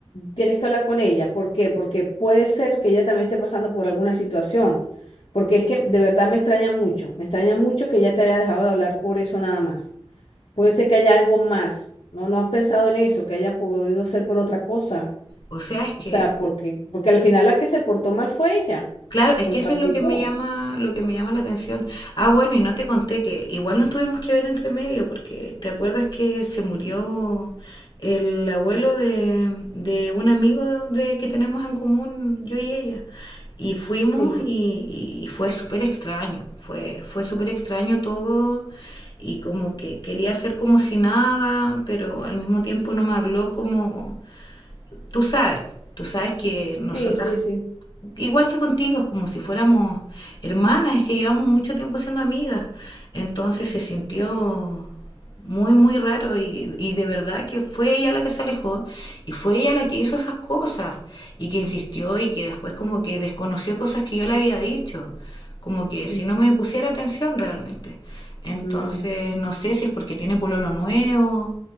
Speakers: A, on the left; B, on the left.
A: tienes que hablar con ella. ¿Por qué? Porque puede ser que ella también esté pasando por alguna situación, porque es que de verdad me extraña mucho, me extraña mucho que ella te haya dejado de hablar por eso nada más. Puede ser que haya algo más. No, no has pensado en eso, que haya podido ser por otra cosa.
B: o sea, es que
A: O sea, porque, porque al final la que se portó mal fue ella,
B: Claro, es
A: con
B: que
A: su
B: eso
A: actitud.
B: es lo que me llama, lo que me llama la atención. Ah, bueno, y no te conté que igual nos tuvimos que ver entre medio, porque te acuerdas que se murió el abuelo de, de un amigo de que tenemos en común, yo y ella. Y fuimos
A: Sí,
B: y, y fue súper extraño, fue, fue súper extraño todo y como que quería hacer como si nada, pero al mismo tiempo no me habló como, tú sabes, tú sabes que nosotras
A: sí, sí, sí.
B: igual que contigo, es como si fuéramos hermanas, es que llevamos mucho tiempo siendo amigas. Entonces se sintió muy, muy raro y, y de verdad que fue ella la que se alejó y fue ella la que hizo esas cosas y que insistió y que después como que desconoció cosas que yo le había dicho, como que si
A: Mm,
B: no me pusiera atención realmente. Entonces
A: No.
B: no sé si es porque tiene pololo nuevo.